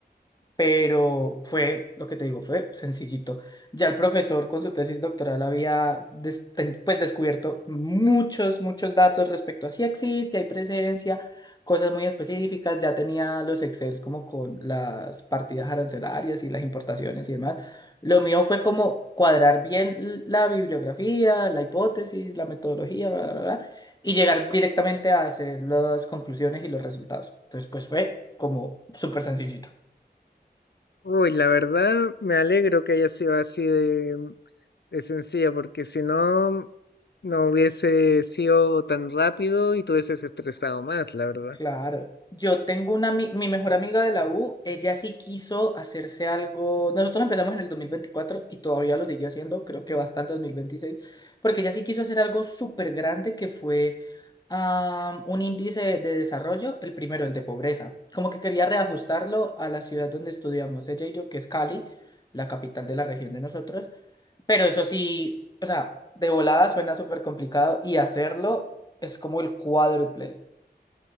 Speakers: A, on the left; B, on the left.
A: pero fue, lo que te digo, fue sencillito. Ya el profesor con su tesis doctoral había des- ten- pues descubierto muchos, muchos datos respecto a si existe, hay presencia, cosas muy específicas, ya tenía los Excels como con las partidas arancelarias y las importaciones y demás. Lo mío fue como cuadrar bien l- la bibliografía, la hipótesis, la metodología, bla, bla, bla, y llegar directamente a hacer las conclusiones y los resultados. Entonces, pues fue como súper sencillito.
B: Uy, la verdad me alegro que haya sido así de, de sencilla, porque si no, no hubiese sido tan rápido y te hubieses estresado más, la verdad.
A: Claro. Yo tengo una, ami- mi mejor amiga de la U, ella sí quiso hacerse algo. Nosotros empezamos en el 2024 y todavía lo sigue haciendo, creo que va hasta el 2026, porque ella sí quiso hacer algo súper grande que fue am, un índice de desarrollo, el primero, el de pobreza. Como que quería reajustarlo a la ciudad donde estudiamos ella y yo, que es Cali, la capital de la región de nosotros. Pero eso sí, o sea, de volada suena súper complicado y hacerlo es como el cuádruple.